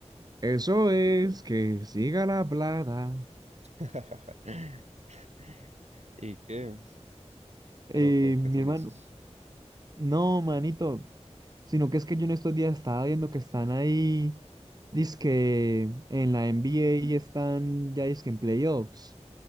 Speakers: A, on the right; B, on the right.
A: Eso
B: tú supiste.
A: es, que siga la plata.
B: <laughs> ¿Y qué? Creo
A: Eh,
B: que, ¿qué
A: mi
B: tú dices?
A: hermano, no, manito, sino que es que yo en estos días estaba viendo que están ahí, dizque en la NBA y están ya dizque en playoffs.